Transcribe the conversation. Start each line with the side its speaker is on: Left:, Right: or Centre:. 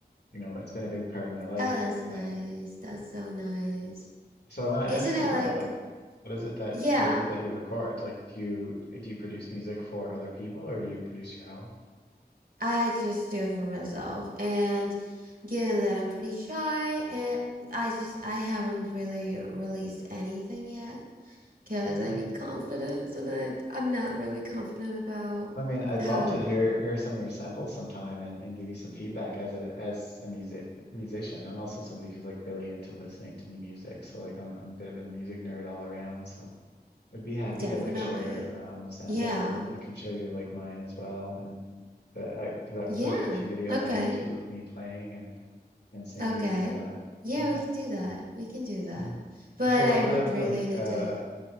Left: you know it's been a big part of my life.
Right: oh that's nice
Left: My
Right: that's so nice
Left: so I want to
Right: isn't
Left: ask
Right: it
Left: you
Right: like
Left: about like what is it that
Right: Yeah,
Left: what is it that you record? Like, do you do you produce music for other people or do you produce your own?
Right: I just do it for myself. And given that I'm pretty shy, and I just I haven't really released anything yet because
Left: Okay.
Right: I need confidence, and I I'm not really confident about
Left: I mean, I'd
Right: how
Left: love to hear hear some of your samples sometime and, and give you some feedback as a as a music musician. I'm also somebody who's like really into listening to new music. So like I'm I'm a bit of a music nerd all around. So I'd be happy
Right: definitely.
Left: to like share um samples
Right: Yeah.
Left: and I can show you like mine as well and the I, because I've
Right: Yeah.
Left: put up a few videos
Right: Okay.
Left: on YouTube of me playing and and singing
Right: Okay.
Left: and uh
Right: Yeah,
Left: yeah.
Right: we can do that. We can do that.
Left: Yeah.
Right: But
Left: So what
Right: I
Left: kind
Right: would
Left: of
Right: really
Left: like
Right: need
Left: uh
Right: to